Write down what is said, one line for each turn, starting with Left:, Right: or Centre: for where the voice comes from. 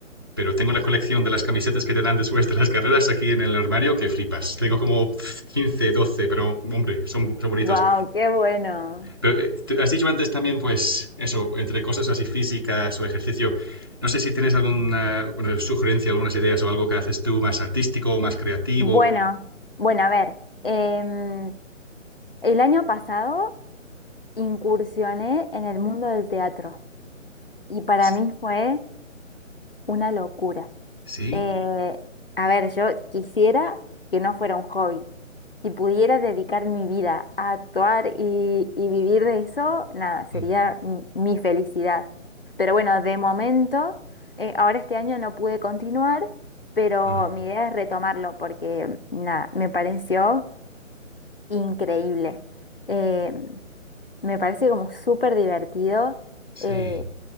Right: pero tengo la colección de las camisetas que te dan después de las carreras aquí en el armario que flipas. Tengo como 15 12 pero hombre, son, son bonitos.
Left: Wow, qué bueno.
Right: Pero eh, te- has dicho antes también, pues, eso, entre cosas así físicas o ejercicio, no sé si tienes alguna bueno, sugerencia, algunas ideas o algo que haces tú más artístico, más creativo.
Left: Bueno, bueno, a ver, em, el año pasado incursioné en el mundo del teatro y para
Right: Sí,
Left: mí fue una locura.
Right: sí,
Left: Eh, a ver, yo quisiera que no fuera un hobby. Si pudiera dedicar mi vida a actuar y, y vivir de eso, nada, sería
Right: mm,
Left: m- mi felicidad. Pero bueno, de momento, eh, ahora este año no pude continuar, pero
Right: mm,
Left: mi idea es retomarlo porque, nada, me pareció increíble. Eh, me parece como súper divertido,
Right: sí,
Left: eh,